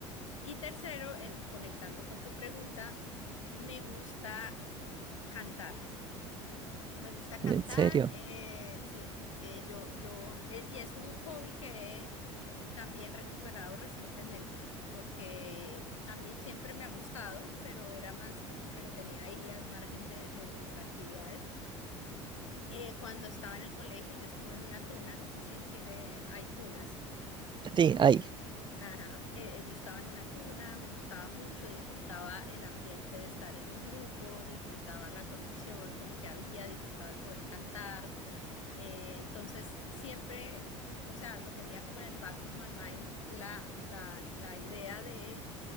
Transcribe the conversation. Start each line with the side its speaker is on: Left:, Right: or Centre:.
Left: Y tercero, en- conectando con tu pregunta, me gusta cantar. Me gusta
Right: ¿En
Left: cantar,
Right: serio?
Left: eh, sí, eh, yo, yo, eh, y es un hobby que he también recuperado recientemente, porque a mí siempre me ha gustado, pero era más como que lo tenía ahí al margen de, de mis actividades. Eh, cuando estaba en el colegio, yo estuve en una tuna, no sé si en Chile hay tunas.
Right: Sí,
Left: eh,
Right: ahí.
Left: ajá, eh, yo estaba en una tuna, me gustaba mucho, disfrutaba el ambiente de estar en un grupo, disfrutaba la conexión como que había, disfrutaba el poder cantar. Eh, entonces, siempre, o sea, lo tenía como en el back of my mind la, la, la idea de